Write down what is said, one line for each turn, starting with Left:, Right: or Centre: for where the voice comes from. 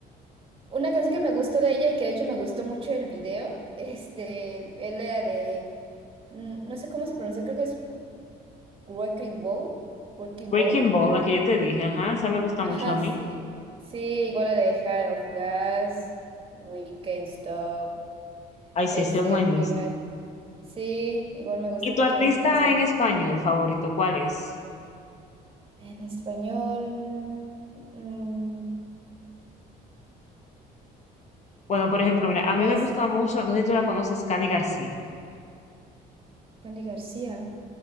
Right: Una canción que me gustó de ella y que de hecho me gustó mucho el video, <laughs> este, es la de, mm, no sé cómo se pronuncia, creo que es Wrecking Ball, Wrecking
Left: Breaking
Right: Ball.
Left: Ball, la que yo te dije, ajá, esa me gusta
Right: Ajá,
Left: mucho a mí.
Right: sí. Sí, igual a la de Heart of Glass, We Can't Stop,
Left: Ay, sí,
Right: este,
Left: ese es buenísimo.
Right: igual. Sí, igual me gusta
Left: ¿Y
Right: mucho
Left: tu artista
Right: de esas canciones.
Left: en español favorito, cuál es?
Right: En español, mm,
Left: Bueno, por ejemplo, mira, a
Right: pues,
Left: mí me gusta mucho, no sé si tú la conoces, Cani García.
Right: Candy García.